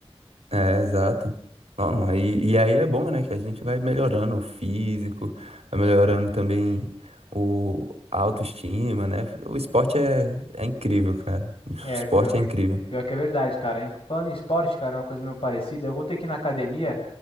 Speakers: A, on the right; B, on the left.
A: É, exato. Bom, e, e aí é bom, né, que a gente vai melhorando o físico, vai melhorando também o a autoestima, né? O esporte é, é incrível, cara. O
B: É,
A: esporte
B: pior que,
A: é incrível.
B: pior que é verdade, cara. Hein? Falando em esporte, cara, é uma coisa meio parecida. Eu vou ter que ir na academia